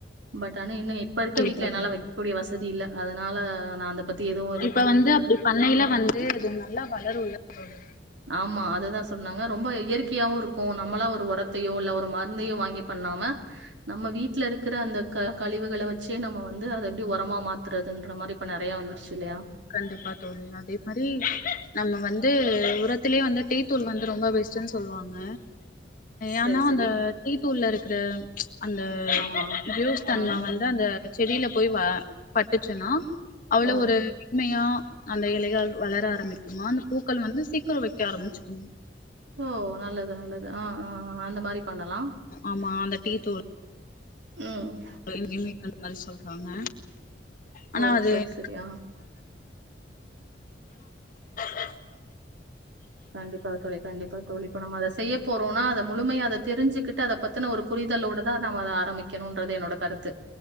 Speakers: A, on the right; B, on the left.
A: பட் ஆனா இன்னு இப்ப இருக்க
B: கண்டிப்பா
A: வீட்ல என்னால
B: தோழி
A: வைக்ககூடிய வசதி இல்ல அதனால நா அத பத்தி எதுவு எது
B: இப்ப வந்து அப்டி பண்ணையில வந்து அது நல்லா வளருள்ள <unintelligible>
A: ஆமா அதுதா சொன்னாங்க ரொம்ப இயற்கையாவு இருக்கு நம்மளா ஒரு உரத் த்தையோ இல்ல ஒரு மருந்தையோ வாங்கி பண்ணாம நம்ம வீட்ல இருக்குற அந்த க கழிவுகள வச்சே நம்ம வந்து அத எப்டி ஒரமா மாத்துறதுன்ற மாரி இப்ப நெறையா வந்துருச்சுல்லயா
B: கண்டிப்பா தோழி அதே மாரி நம்ம வந்து உரத்திலே வந்து டீ தூள் வந்து ரொம்ப பெஸ்ட்ன்னு சொல்லுவாங்க
A: சரி
B: ஏனா
A: சரி
B: அந்த டீ தூள்ல இருக்குற அந்த
A: ஆமா
B: ஜூஸ் தன்ம
A: ம் ம்
B: வந்து அந்த செடில போய் வ பட்டுச்சுன்னா அவ்ளோ
A: ஓ
B: ஒரு மெண்மையா அந்த இலையால் வளர ஆரமிக்குமா அந்த பூக்கள் வந்து சீக்கிர வைக்க ஆரமிச்சுக்குமா
A: ஓ நல்லது நல்லது ஆ ஆ அந்த மாரி பண்ணலா
B: ஆமா அந்த டீ தூள்
A: ம்
B: <inaudible> சொல்றாங்க ஆனா
A: ஓ!
B: அது
A: சரி,
B: <inaudible>
A: சரி. ஆ.
B: <inaudible>
A: கண்டிப்பா தோழி கண்டிப்பா தோழி இப்ப நம்ம அத செய்ய போறோனா அத முழுமையா அத தெரிஞ்சுகிட்டு அத பத் த்ன ஒரு புரிதலோடு தா நம ஆரமிக்கணுன்றது என்னோட கருத்து